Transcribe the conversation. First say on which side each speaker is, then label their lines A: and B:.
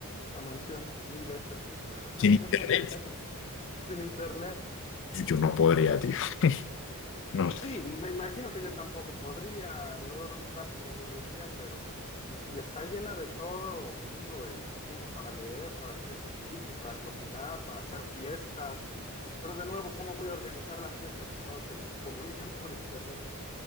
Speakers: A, on the left; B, on the left.
A: La mansión, mil veces. <laughs>
B: Sin internet,
A: Sin internet.
B: yo no podría, tío. <laughs> No sé.
A: Sí, me imagino que yo tampoco podría, luego de un rato me aburriría, pero pues, si está llena de todo, digo, el tiempo para leer, para hacer ejercicio, para cocinar, para hacer fiestas, pero de nuevo, ¿cómo voy a organizar la fiesta si todos se comunican por internet?